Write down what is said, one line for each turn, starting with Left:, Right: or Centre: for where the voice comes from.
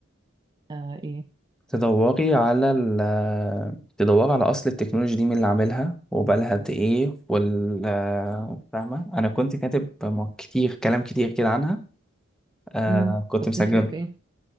Right: آه ايه
Centre: تدوري على ال تدوري على أصل التكنولوجيا دي مين اللي عاملها وبقالها قد إيه وال فاهمة أنا كنت كاتب م- كتير كلام كتير كده عنها آه
Right: امم
Centre: كنت
Right: طب
Centre: مسجل
Right: تفرق في ايه